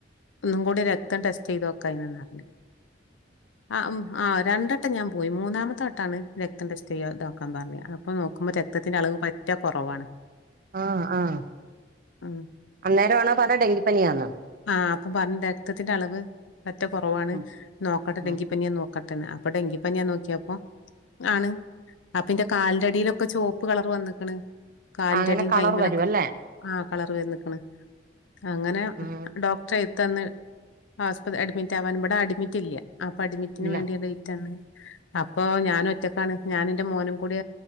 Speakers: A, on the left; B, on the right.
A: ഒന്നും കൂടി രക്തം ടെസ്റ്റ് ചെയ്ത് നോക്കനിന്ന്റിഞ്ഞ്. ആ മ് ആ രണ്ടട്ടം ഞാൻ പോയി മൂന്നാമത്തെ വട്ടാണ് രക്തം ടെസ്റ്റ് ചെയ്യതോക്കാൻ പറഞ്ഞ്, അപ് അപ്പ നോക്കുമ്പോ രക്തത്തിന്റെ അളവ് പറ്റ കൊറവാണ്.
B: ആഹ ആഹ
A: ഉം
B: അന്നേരം ആണോ പറ ഡെങ്കി പനിയാണ്
A: ആഹ അപ്പം പറഞ്ഞു രക്തത്തിന്റെ അളവ് പ റ്റ കുറവാണ്
B: ഉം
A: നോക്കട്ടെ
B: ഉം
A: ഡെ ങ്കിപ്പനിയാൻ നോക്കട്ടെ അപ്പൊ ഡെങ്കിപ്പനിഅന്ന് നോക്കിയപ്പൊ ആണ് അപ്പന്റെ കാലിന്റെടിയിലൊക്കെ ചുവപ്പ് കളർ വന്നിക്കണ് കാലിന്റെ
B: അങ്ങനെ
A: അടയും
B: കളർ
A: കൈ്മലൊെ
B: വരും അല്ലേ
A: ആഹ കളർ വന്ന് ക്കണ് അങ്ങനെ
B: ഉം
A: ഡോക്ടർ എടുന്ന് ആശുപത്രി അഡ്മിറ്റ് ആവാൻ ഇവിടെ അഡ്മിറ്റ് ഇല്ല അപ്പൊ അഡമിറ്റിന്
B: ഇല്ല
A: വേണ്ടിയ ഡേറ്റ് ആണ് അപ്പൊ ഞാന ഒറ്റക്കാണ് ഞാന എറെ മോനും കൂടി